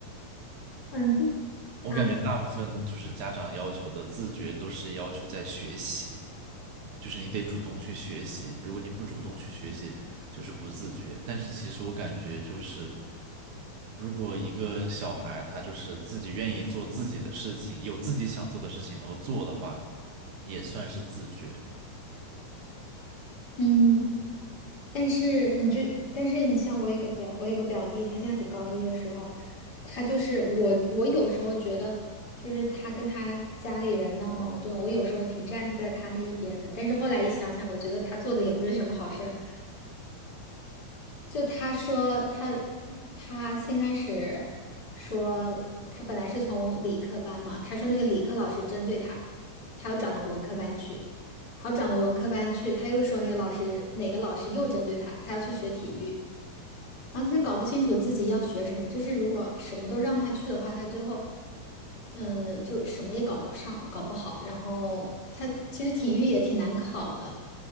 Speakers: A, on the left; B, on the right.
A: 嗯
B: 我感觉大部分就是家长要求的自觉都是要求在学习，
A: 嗯
B: 就是你得主动去学习，如果你不主动去学习，就是不自觉。但是其实我感觉就是，如果一个小孩他就是自己愿意做自己的事情，有自己想做的事情，然后做的话，也算是自觉。
A: 嗯。但是你就，但是你像我有个表，我有个表弟，他现在读高一的时候，他就是我，我有时候觉得，就是他跟他家里人闹矛盾，我有时候挺站在他那一边的，但是后来一想想，我觉得他做的也不是什么好事儿。就他说他他先开始说他本来是从理科班嘛，他说那个理科老师针对他，他又转到文科班去，然后转到文科班去，他又说那个老师哪个老师又针对他，他要去学体育，然后他就搞不清楚自己要学什么，就是如果什么都让他去的话，他最后嗯、呃就什么也搞不上，搞不好，然后他其实体育也挺难考的，